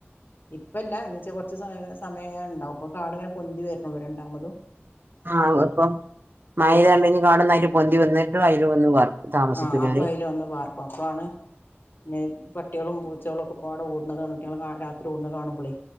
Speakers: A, on the left; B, on the right.
A: ഇപ്പല്ല ഇനിച്ചാ കൊറച്ച് സമയ സമയം ഇണ്ടാവും ഇപ്പൊ കാട് ഇങ്ങനെ പൊന്തി വരനൊള്ളു രണ്ടാമത്
B: ആ അപ്പം മയയെത്ങ്കാട് കാടൊന്നായ് പൊന്തി വന്നിട്ട് അയ്ല് വന്ന് വർ താമസിക്കൂലേ
A: ആഹ് അപ്പൊ
B: ഓര്
A: അയില് വന്ന് പാർ പത്താണ് പിന്നെ പട്ട്യേളും പൂച്ചേളും ഒക്കെ പാടെ ഓടുണത് കണ്ട്ട്ടെ ഞങ്ങള് രാത്രി ഓടണത് കാണുമ്പളേ